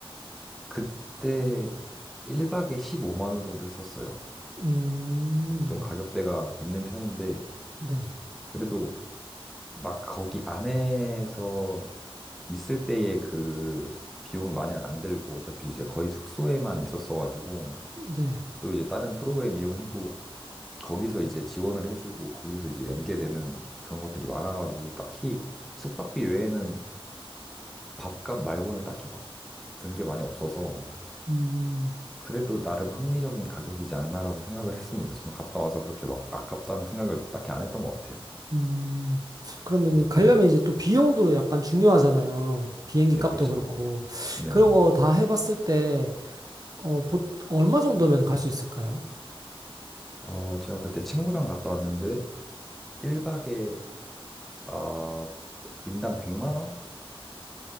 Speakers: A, in the centre; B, on the right.
A: 그때 1박에 15만 원 정도 했었어요.
B: 음.
A: 예, 좀 가격대가 있는 편인데
B: 네.
A: 그래도 막 거기 안에서 있을 때의 그 비용 많이 안 들고 어차피 이제 거의 숙소에만 있었어가지고
B: 네.
A: 또 이제 다른 프로그램 이용해도 거기서 이제 지원을 해주고 거기서 이제 연계되는 그런 것들이 많아가지고 딱히 숙박비 외에는 밥값 말고는 딱히 막 든 게 많이 없어서
B: 음.
A: 그래도 나름 합리적인 가격이지 않나라고 생각을 했습니다. 저는 갔다 와서 그렇게 막 아깝다는 생각을 딱히 안 했던 것 같아요.
B: 음. 그러면
A: 네,
B: 가려면 이제 또 비용도 약간 중요하잖아요. 비행기
A: 네,
B: 값도
A: 그쵸.
B: 그렇고.
A: 네.
B: 그런 거 다 해봤을 때, 어, 보, 얼마 정도면 갈 수 있을까요?
A: 어, 제가 그때 친구랑 갔다 왔는데 1박에 아, 인당 100만 원